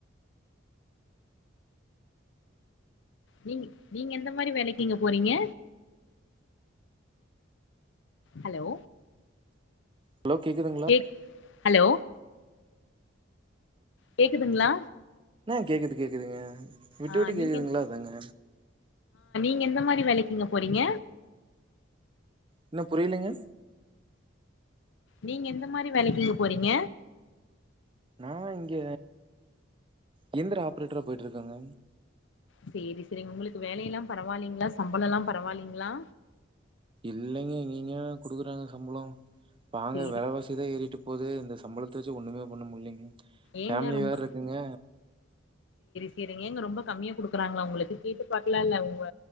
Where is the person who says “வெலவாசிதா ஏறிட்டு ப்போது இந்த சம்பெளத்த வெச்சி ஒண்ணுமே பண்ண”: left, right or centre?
Right